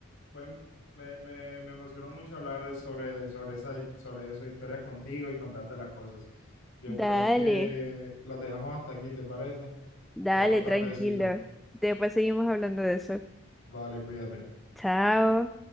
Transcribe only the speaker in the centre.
Dale,
dale,
tranquilo. Después seguimos hablando de eso.
Chao.